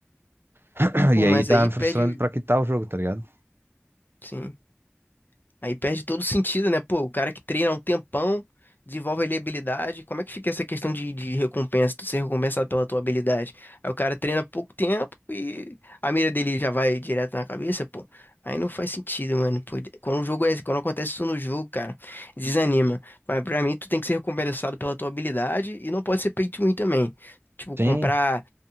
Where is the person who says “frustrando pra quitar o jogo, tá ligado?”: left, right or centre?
Right